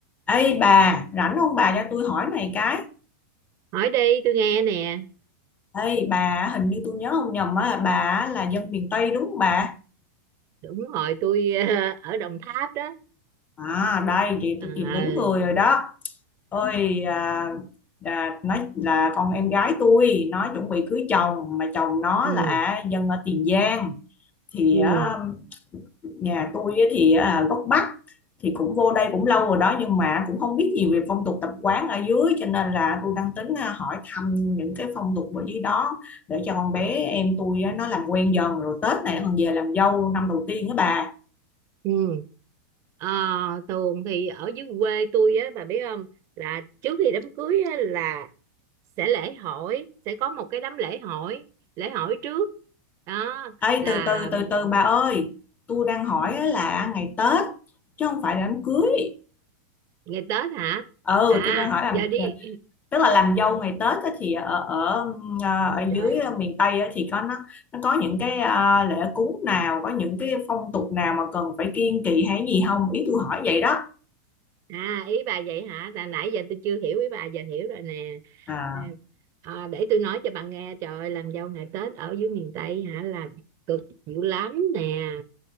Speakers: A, on the left; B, on the right.
A: Ê bà, rảnh không bà cho tôi hỏi này cái.
B: hỏi đi tôi nghe nè
A: Ê bà, hình như tôi nhớ không nhầm á, bà á là dân miền Tây đúng không bà?
B: đúng rồi tôi ờ, ở Đồng Tháp đó
A: À đây, vậy
B: à,
A: tôi tìm đúng người rồi đó. Ôi, à, à, nói là con em gái tôi, nó chuẩn bị cưới chồng, mà chồng nó
B: ừ
A: là dân ở Tiền Giang. Thì
B: ừ
A: á, nhà tôi á thì à, gốc Bắc, thì cũng vô đây cũng lâu rồi đó nhưng mà cũng không biết gì về phong tục tập quán ở dưới cho nên là tôi đang tính à, hỏi thăm những cái phong tục ở dưới đó để cho con bé em tôi á, nó làm quen dần rồi Tết này còn về làm dâu năm đầu tiên đó bà
B: ừ Ờ, thường thì ở dưới quê tôi á bà biết không là trước khi đám cưới á, là sẽ lễ hỏi sẽ có một cái đám lễ hỏi lễ hỏi trước đó
A: ấy
B: là
A: từ từ từ từ
B: ừ,
A: bà ơi tôi đang hỏi á là ngày Tết chứ không phải là đám cưới
B: ngày Tết hả
A: ừ
B: à
A: tôi đang hỏi là
B: giờ đi
A: tức là làm dâu ngày Tết á, thì ở ở ờ, ở
B: trời
A: dưới ờ, miền Tây á, thì có nó nó có những cái ờ, lễ cúng nào có những cái phong tục nào mà cần phải kiêng kỵ hay gì không ý tôi hỏi vậy đó
B: à ý bà vậy hả là nãy giờ tôi chưa hiểu ý bà giờ hiểu rồi nè
A: à
B: Ừ. à, để tôi nói cho bà nghe trời ơi làm dâu ngày Tết ở dưới miền Tây hả là cực dữ lắm nè